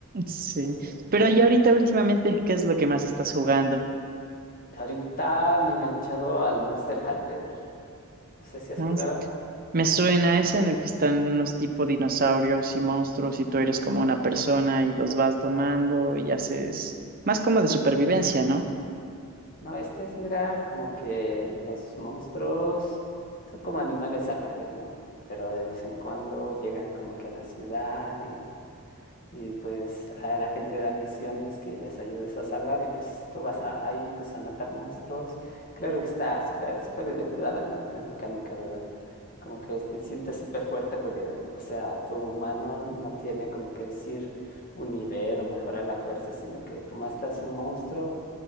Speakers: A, on the right (about 40°); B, on the left (about 40°).
A: Sí,
B: No sé.
A: pero y ahorita últimamente, ¿qué es lo que más estás jugando?
B: Ahorita me he enganchado al Monster Hunter. No sé si has
A: Mm,
B: jugado.
A: Me suena ese en el que están unos tipo dinosaurios y monstruos y tú eres como una persona y los vas domando y haces más como de supervivencia, ¿no?
B: No, este es, mira, como que los monstruos son como animales salvajes, ¿no? Pero de vez en cuando llegan como que a la ciudad y y pues a la gente da misiones que les ayudes a salvar y pues tú vas a- ahí pues a matar monstruos. Claro que está súper, súper divertida la, me- la mecánica, ¿verdad? Como que te sientes súper fuerte porque, o sea, tu humano no tiene como que decir un nivel o mejorar la fuerza, sino que tú matas un monstruo